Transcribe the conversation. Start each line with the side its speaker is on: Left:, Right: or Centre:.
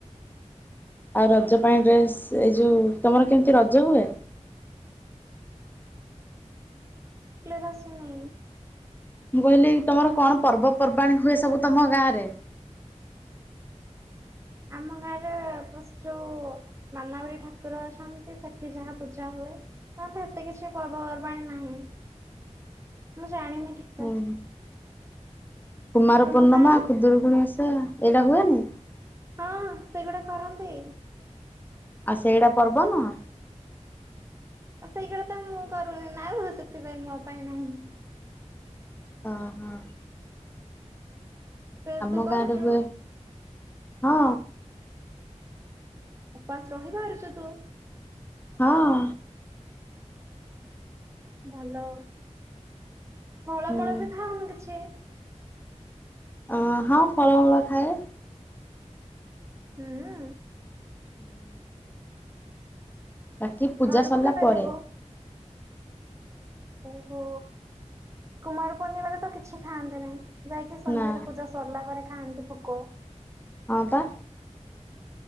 Left: ଆଉ ରଜ ପାଇଁ ଡ୍ରେସ୍, ଏଇ ଯୋଉ ତମର କେମିତି ରଜ ହୁଏ?
Right: କ୍ଲିୟର ଆସୁନି।
Left: ମୁଁ କହିଲି ତମର କଣ ପର୍ବପର୍ବାଣୀ ହୁଏ ସବୁ ତମ ଗାଆଁରେ?
Right: ଆମ ଗାଁରେ ପଶ୍ଚୁ ମାନାବରୀ ଠାକୁର ଅଛନ୍ତି ସେଠି ଯାହା ପୂଜା ହୁଏ। ତାତେ ଏତେ କିଛି ପର୍ବପର୍ବାଣି ନାହିଁ ମୁଁ ଜାଣିନି ଠିକସେ।
Left: ଉଁ ହୁଁ। କୁମାର
Right: ତମ
Left: ପୂର୍ଣ୍ଣମା,
Right: ଗାଁରେ?
Left: ଖୁଦୁରୁକୁୁଣୀ ଓଷା, ଏରା ହୁଏନି?
Right: ହଁ ସେଗୁଡା କରନ୍ତି।
Left: ଆଉ ସେଇଡା ପର୍ବ ନୁହଁ?
Right: ତ ସେଇଗୁଡା ତ ମୁଁ କରୁନି ନାଁ ସେଥିପାଇଁ ମୋ ପାଇଁ ନାହିଁ
Left: ହଁ ହଁ
Right: ସେ
Left: ଆମ
Right: ତୁ କରୁଛୁ
Left: ଗାଁରେ ହୁଏ ହଁ
Right: ଉପାସ ରହି ବାହାରୁଛୁ ତୁ
Left: ହଁ
Right: ଭଲ ଫଳମୂଳ
Left: ହୁଁ।
Right: ବି ଖାଉନି କିଛି
Left: ଅ ହଁ ଫଳ ମୂଳ ଖାଏ
Right: ହୁଁ
Left: ହୁଁ ବାକି ପୂଜା
Right: ଘରକୁ
Left: ସରିଲା
Right: କେବେ
Left: ପରେ
Right: ଯିବୁ? ଓହୋ କୁମାର ପୂର୍ଣ୍ଣିମାରେ ତ କିଛି ଖାଆନ୍ତେ ନାହିଁ ଯାଇକି ସନ୍ଧ୍ୟାରେ
Left: ନା
Right: ପୂଜା ସରିଲା ପରେ ଖାଆନ୍ତି ପୋକ
Left: ହଁ ତ